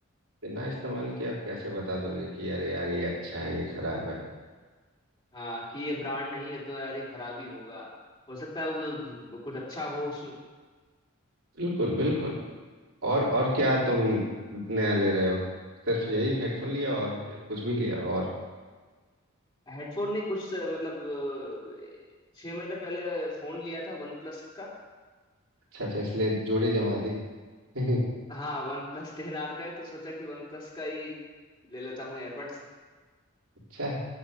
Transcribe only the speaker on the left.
हाँ कि ये ब्रांड नहीं है तो यार ये खराब ही होगा हो सकता है वो कुछ अच्छा हो उसमें
हेडफोन नहीं कुछ अ, मतलब अ, छह महीने पहले फोन लिया था वन प्लस का
हाँ वन प्लस टेन आर का है तो सोचा कि वन प्लस का ही ले लेता हूँ एयरबड्स